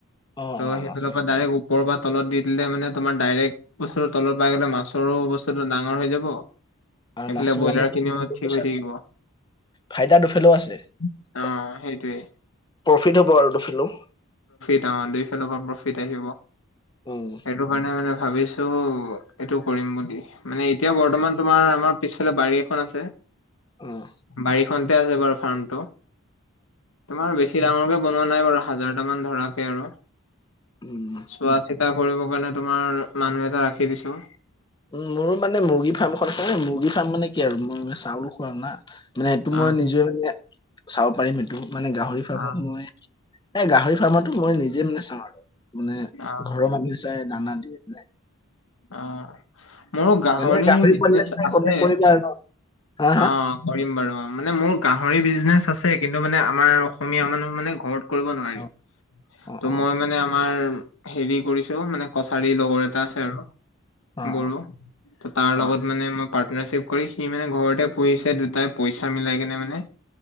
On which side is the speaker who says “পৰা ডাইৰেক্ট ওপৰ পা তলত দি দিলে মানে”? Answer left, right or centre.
Left